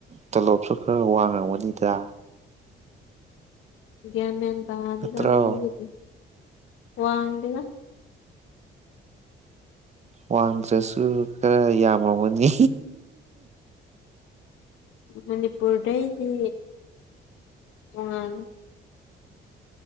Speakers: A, on the right (about 35°); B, on the left (about 85°).
A: ꯇꯣꯂꯣꯞꯁꯨ ꯈꯔ ꯋꯥ ꯉꯝꯒꯅꯤꯗ
B: ꯒꯌꯥꯃꯦꯟ ꯇꯥꯗꯨꯗ
A: ꯅꯠꯇ꯭ꯔꯣ
B: ꯃꯣꯏꯒꯤꯗꯤ ꯋꯥꯡꯗꯦꯗ
A: ꯋꯥꯡꯗ꯭ꯔꯁꯨ ꯈꯔ ꯌꯥꯝꯃꯒꯅꯤ
B: ꯃꯅꯤꯄꯨꯔꯗꯩꯗꯤ ꯇꯣꯉꯅ